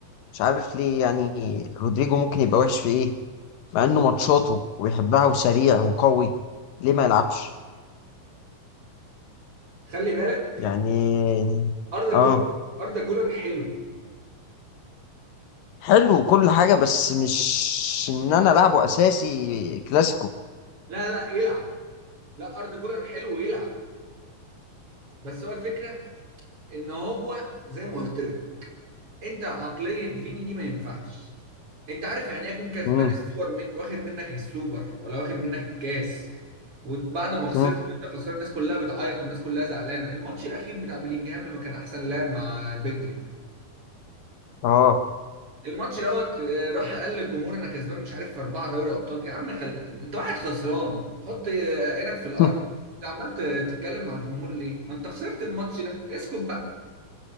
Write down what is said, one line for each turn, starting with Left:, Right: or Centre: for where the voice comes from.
Left: مش عارف ليه يعني رودريجو ممكن يبقى وحش في ايه مع انه ماتشاته وبيحبها وسريع وقوي ليه ما يلعبش
Right: خلي بالك
Left: يعني
Right: اردا
Left: اه
Right: جولر اردا جولر حلو
Left: حلو وكل حاجه بس مش ان انا لعبه اساسي كلاسيكو
Right: لا لا يلعب لا اردا جولر حلو ويلعب بس هو الفكره ان هو زي ما قلت لك انت عقليه فيني دي ما ينفعش انت عارف يعني ايه يكون كسبان
Left: مم.
Right: السوبر من واخد منك السوبر ولا واخد منك الكاس وبعد ما خسرت
Left: مم.
Right: وانت خسران الناس كلها بتعيط والناس كلها زعلانه الماتش الاخير بتاع بلينجهام لما كان احسن لاعب مع بدري
Left: اه
Right: الماتش دوت آه، راح قال للجمهور انا كسبان مش عارف في اربعه دوري ابطال يا عم خلي انت واحد خسران حط آه، عينك في الارض
Left: <laughs>
Right: انت عمال ت- تتكلم مع الجمهور ليه؟ ما انت خسرت الماتش ده اسكت بقى